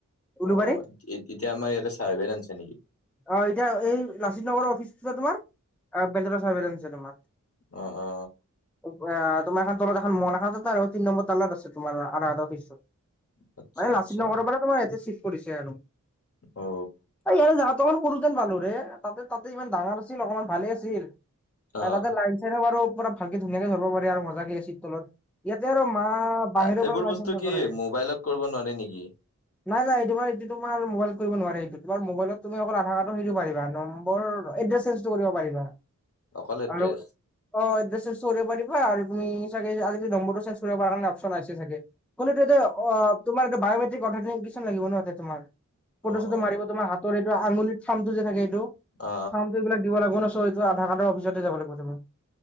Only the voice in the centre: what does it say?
উলুবাৰী
অ এতিয়া এই লাচিত নগৰৰ অফিচটো তোমাৰ বেলতলা চাৰ্ভছে আহিছে তোমাৰ।
অ তোমাৰ এখন তলত এখন মনখা আছে তাৰে তিনি নম্বৰ তালাত আছে তোমাৰ আধাকাডৰ অফিচটো।
মানে লাচিত
নগৰৰ পৰা তোমাৰ ই চিফ কৰিছে আৰু।
তামাম সৰু যেন পালো ৰে তাতে তাতে ইমান ডাঙৰ আছিল অকমান ভালে আছিল।
আৰু তাতে লাইন চাইন বাৰু পুৰা ভালকে ধুনীয়াকে ধৰিব পাৰি আৰু মজাকে এ চী ৰ তলত। ইয়াতে আৰু মা বাহিৰৰ
পৰা লাই
যাম চাব
লাগে।
নাই নাই তোমাৰ এইটো তোমাৰ মোবাইলত কৰিব নোৱাৰে তোমাৰ মোবাইলত তুমি অকল আধাৰ কাডটৰ সেইটো পাৰিবা ন নম্বৰ এতিয়া চেঞ্জ কৰিব পাৰিবা।
আৰু অ চব পাৰিবা আৰু তুমি চাগে আজি নম্বৰটো চ চব পাৰ কাৰে অপচন আছে চাগে। কোনটো এ অ তোমাৰ এটা বায়মেট্ৰিক অ কিমান লাগিব ন তোমাৰ
ফটো
চটো মাৰিব তোমাৰ হাত- এইটো আঙুলিত থাৰ্ম টো যে থাকে এইটো,
থাৰ্মটো এইবিলাক দিব লাগিব না চো- টো আধাৰ কাৰ্ডৰ অফিচতে যাব লাগিব তুমি।